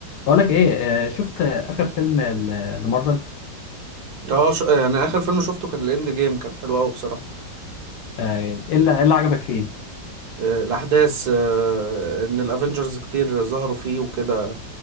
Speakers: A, on the left; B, on the right.
A: بقول لك ايه آه، شفت اخر فيلم ل- لمارفل
B: اه ش... يعني اخر فيلم شفته كان الاند جيم كان حلو قوي بصراحه
A: آه، ايه اللي إيه اللي عجبك فيه
B: آه، الاحداث آه، ان الافنجرز كتير ظهروا فيه وكده